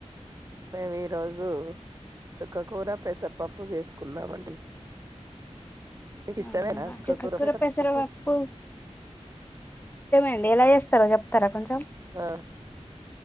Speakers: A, on the right; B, on the left.
A: మేము ఈరోజు చుక్కకూర పెసరపప్పు చేసుకున్నామండి మీకు ఇష్టమేనా
B: అవునా
A: చుక్కకూర
B: చక్కకుర
A: పెసరపప్పు
B: పసర వప్పు అండి ఎలా చేస్తారో చెప్తారా కొంచెం
A: ఆ